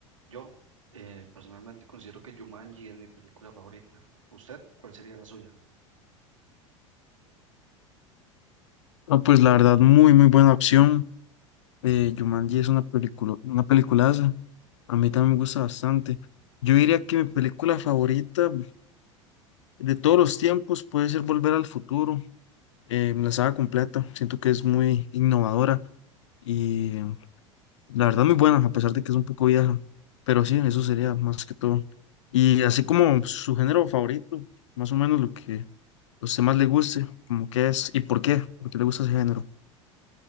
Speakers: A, on the right (about 75°); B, on the left (about 65°).
A: Yo eh, personalmente considero que Jumanji es mi película favorita. ¿Usted cuál sería la suya?
B: no pues la verdad, muy, muy buena opción. Eh, Jumanji es una película, una peliculaza. A mí también me gusta bastante. Yo diría que mi película favorita de todos los tiempos puede ser Volver al Futuro. eh, la saga completa. Siento que es muy innovadora y eh, la verdad muy buena, a pesar de que es un poco vieja. Pero sí, eso sería más que todo. Y así como su género favorito, más o menos lo que a usted más le guste, como que es y por qué, por qué le gusta ese género.